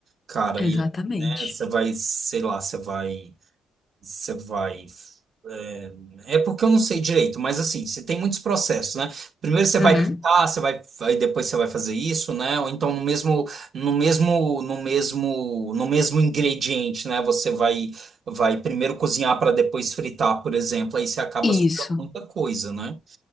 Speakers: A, on the right; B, on the left.
A: cara, e,
B: Exatamente.
A: né, você vai, sei lá, você vai. Você vai. É, é porque eu não sei direito, mas assim, você tem muitos processos, né? Primeiro você vai
B: Uhum.
A: pintar, você vai, aí depois você vai fazer isso, né? Ou então no mesmo, no mesmo, no mesmo, no mesmo ingrediente, né? Você vai, vai primeiro cozinhar para depois fritar, por exemplo. Aí você acaba
B: Isso,
A: sujando muita coisa, né?